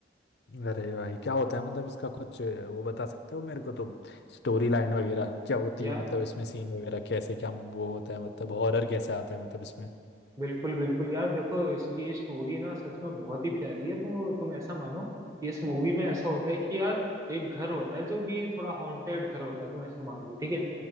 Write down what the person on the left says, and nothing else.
अरे भाई क्या होता है मतलब इसका कुछ अ, वो बता सकते हो मेरे को तुम स्टोरी लाइन वगैरह क्या होती
है मतलब इसमें सीन वगैरह कैसे क्या वो होता है मतलब हॉरर कैसे आता है मतलब इसमें